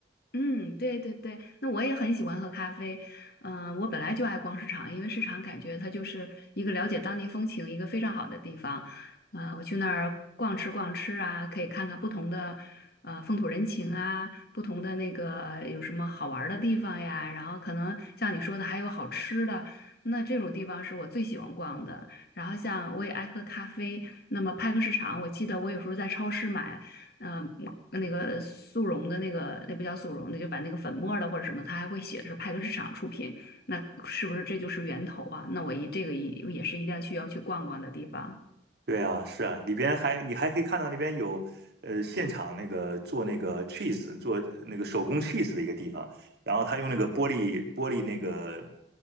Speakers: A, on the left (about 60°); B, on the right (about 60°).
A: 嗯，对对对，那我也很喜欢喝咖啡。嗯、我本来就爱逛市场，因为市场感觉它就是一个了解当地风情一个非常好的地方。啊、我去那儿逛吃逛吃啊，可以看看不同的呃风土人情啊，不同的那个有什么好玩儿的地方呀。然后可能像你说的还有好吃的，那这种地方是我最喜欢逛的。然后像我也爱喝咖啡，那么派克市场，我记得我有时候在超市买。嗯、那个速溶的那个那不叫速溶，那就反正那个粉末儿的或者什么，它还会写是派克市场出品，那是不是这就是源头啊？那我一这个一也是一定要去要去逛逛的地方。
B: 对啊，是啊，里边还你还可以看到那边有呃现场那个做那个 cheese 做呃那个手工 cheese 的一个地方，然后他用那个玻璃玻璃那个